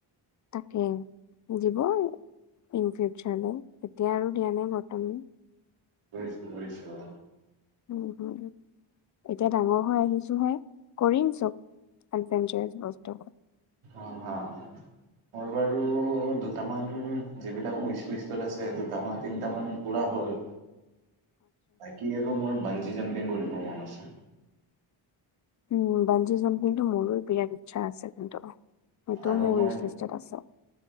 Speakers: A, on the left (about 40°); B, on the right (about 90°).
A: তাকে, দিব আৰু ইন ফিউচাৰলে এতিয়া আৰু দিয়া নাই বৰ্তমান।
B: গৈছো গৈছো ৰ।
A: উম হু' এতিয়া ডাঙৰ হৈ আহিছো হে। কৰিম চব এডভেঞ্চাৰছ বস্তুবোৰ।
B: অঁ হ অঁ। মোৰ বাৰু দুটামান যিবিলাক উইচ লিষ্টত আছে দুটামান তিনিটামান- পুৰা হ'ল।
A: <inaudible>
B: বাকী আৰু মোৰ বানজি জাম্পিং কৰিব মন আছে।
A: উম' বানজি জাম্পিংটো মোৰো বিৰাট ইৎচ্ছা আছে কিন্তু, সেটো
B: আৰু
A: মোৰ
B: মই
A: লিষ্টত আছে।